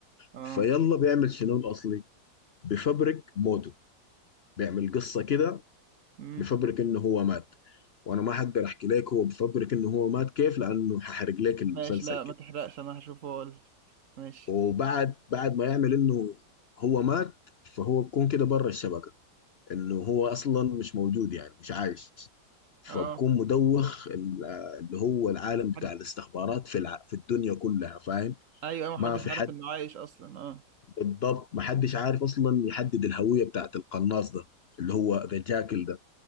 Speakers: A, on the right; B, on the left.
A: اه
B: فيلا بيعمل شنو الاصلي بفبرك موته بيعمل قصه كده
A: امم
B: بفبرك انه هو مات وانا ما حقدر احكي لك هو بفبرك انه هو مات كيف لانه هحرق لك المسلسل
A: ماشي لا
B: كده
A: ما تحرقش انا هشوفه اقول ماشي
B: وبعد بعد ما يعمل انه هو مات فهو بكون كده بره الشبكه انه هو اصلا مش موجود يعني مش عايش فبكون
A: اه
B: مدوخ ال- اللي هو العالم
A: محد...
B: بتاع الاستخبارات في الع... في الدنيا كلها فاهم
A: ايوه ما
B: ما
A: حدش
B: في
A: عارف
B: حد
A: انه عايش اصلا اه
B: بالضبط ما حدش عارف اصلا يحدد الهوية بتاعت القناص ده اللي هو ذا جاكل ده